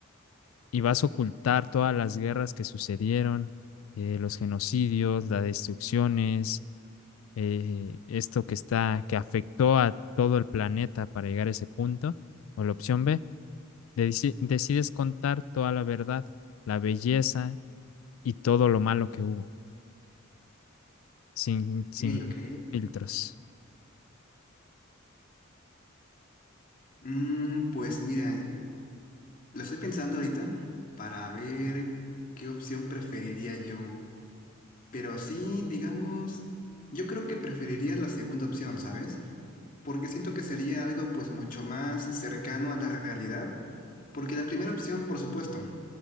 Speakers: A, on the left; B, on the left.
A: y vas a ocultar todas las guerras que sucedieron, eh, los genocidios, las destrucciones, eh, esto que está, que afectó a todo el planeta para llegar a ese punto, o la opción B, deci- decides contar toda la verdad, la belleza y todo lo malo que hubo, sin,
B: Ok,
A: sin
B: ok.
A: filtros.
B: Mm, pues mira, lo estoy pensando ahorita para ver qué opción preferiría yo. Pero sí, digamos, yo creo que preferiría la segunda opción, ¿sabes? Porque siento que sería algo pues mucho más cercano a la realidad. Porque la primera opción, por supuesto.